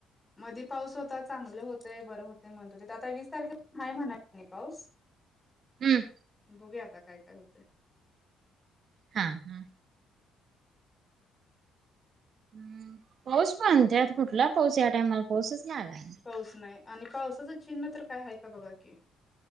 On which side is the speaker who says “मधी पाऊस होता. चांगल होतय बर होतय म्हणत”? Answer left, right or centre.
Left